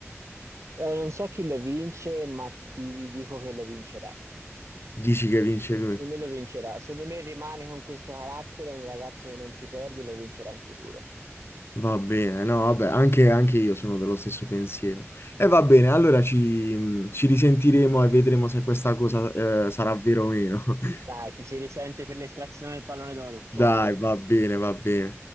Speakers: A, on the right (about 75°); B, on the left (about 55°).
A: Eh, non so chi lo vince, ma ti dico che lo vincerà.
B: Dici che vince lui?
A: Secondo me lo vincerà. Secondo me rimane con questo carattere, è un ragazzo che non si perde e lo vincerà in futuro.
B: Va bene, no, vabbè, anche, anche io sono dello stesso pensiero. E va bene, allora ci, mh, ci risentiremo e vedremo se questa cosa, eh, sarà vera o meno. <laughs>
A: Dai, ti si risente per l'estrazione del pallone d'oro. Ciao
B: Dai,
A: Ale.
B: va bene, va bene.